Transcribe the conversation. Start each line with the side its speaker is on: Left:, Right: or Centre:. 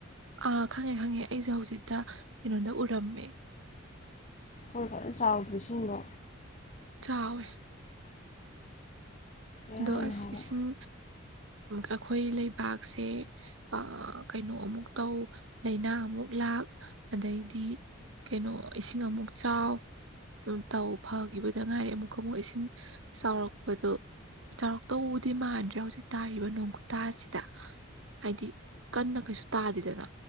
Right: ꯑ ꯈꯪꯉꯦ ꯈꯪꯉꯦ ꯑꯩꯁꯨ ꯍꯧꯖꯤꯛꯇ ꯀꯩꯅꯣꯗ ꯎꯔꯝꯃꯦ
Left: ꯃꯣꯏ ꯐꯖꯅ ꯆꯥꯎꯗ꯭ꯔ ꯏꯁꯤꯡꯗꯣ
Right: ꯆꯥꯎꯋꯦ
Left: ꯕꯦꯔꯥꯅꯤ
Right: ꯑꯗꯣ ꯑꯁ
Left: ꯍꯥꯏꯕ
Right: ꯏꯁꯤꯡ ꯑꯩꯈꯣꯏ ꯂꯩꯕꯥꯛꯁꯦ ꯑ ꯀꯩꯅꯣ ꯑꯃꯨꯛ ꯇꯧ ꯂꯥꯏꯅꯥ ꯑꯃꯨꯛ ꯂꯥꯛ ꯑꯗꯩꯗꯤ ꯀꯩꯅꯣ ꯏꯁꯤꯡ ꯑꯃꯨꯛ ꯆꯥꯎ ꯑꯝ ꯇꯧ ꯐꯈꯤꯕꯗ ꯉꯥꯏꯔꯤ ꯑꯃꯨꯛꯀ ꯑꯃꯨꯛ ꯏꯁꯤꯡ ꯆꯥꯎꯔꯛꯄꯗꯣ ꯆꯥꯎꯔꯛꯇꯧꯕꯨꯗꯤ ꯃꯥꯟꯗ꯭ꯔꯦ ꯍꯧꯖꯤꯛ ꯇꯥꯔꯤꯕ ꯅꯣꯡ ꯈꯨꯨꯇꯥꯁꯤꯗ ꯍꯥꯏꯗꯤ ꯀꯟꯅ ꯀꯩꯁꯨ ꯇꯥꯗꯦꯗꯅ